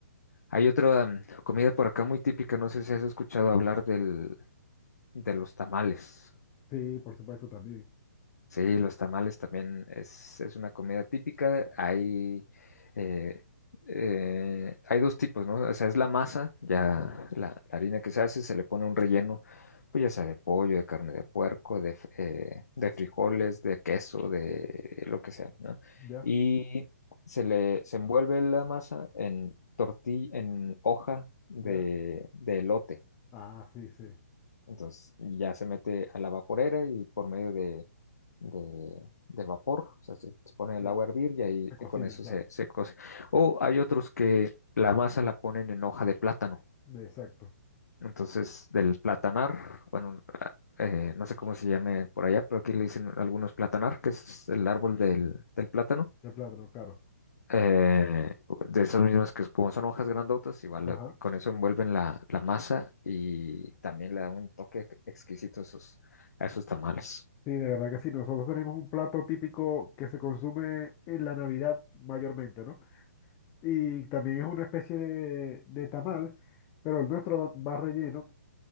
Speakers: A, on the left; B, on the left.
A: Hay otra mm, comida por acá muy típica, no sé si has escuchado hablar del, de los tamales.
B: Sí, por supuesto, también.
A: Sí, los tamales también es, es una comida típica. Hay, eh, eh, hay dos tipos, ¿no? O sea, es la masa, ya
B: Ya,
A: la, la harina que se hace, se le pone un relleno, pues ya sea de pollo, de carne de puerco, de, f- eh, de frijoles, de queso, de lo que sea, ¿no?
B: ya,
A: Y se le se envuelve la masa en tortilla, en hoja de,
B: ya.
A: de elote.
B: Ah, sí, sí.
A: Entonces ya se mete a la vaporera y por medio de, de, de vapor, o sea, se, se pone el
B: Se,
A: agua a hervir y ahí
B: se cocina,
A: eh, con eso
B: claro.
A: se, se cose. O hay otros que la masa la ponen en hoja de plátano.
B: Exacto.
A: Entonces, del platanar, bueno, ah, eh, no sé cómo se llame por allá, pero aquí le dicen algunos platanar, que es el árbol del, del plátano
B: El plátano, claro.
A: eh, de esas mismas que como son hojas grandotas, igual
B: Ajá.
A: con eso envuelven la, la masa y también le da un toque exquisito a esos, a esos tamales.
B: Sí, de verdad que sí. Nosotros tenemos un plato típico que se consume en la Navidad mayormente, ¿no? Y también es una especie de, de tamal, pero el nuestro va va relleno